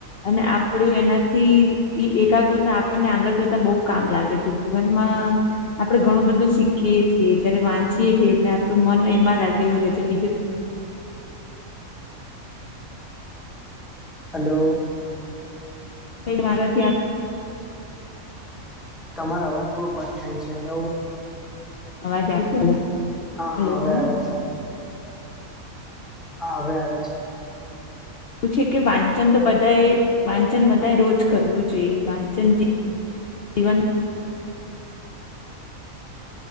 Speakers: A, on the left (about 55°); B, in the centre.
A: અને આપડું એનાથી ઈ એકાગ્રતા આપણને આગળ જતા બહુ કામ લાગે છે જીવનમાં આપડણે ઘણું બધું શીખીએ છીએ જયારે વાંચીએે છીએ એટલે આપણું મન એમાં લાગેલું રહે છે બીજે
B: હલો
A: ભારત
B: તમારો અવાજ બહુ કોટ થાય છે હલો
A: અવાજ આવ છે
B: હા હા
A: હલો
B: હવે આવે છે હા હવે આવે છે
A: એ છે કે વાંચન તો બધાએ વાંચન બધાએ રોજ કરવું જોઈએ વાંચન જે જીવન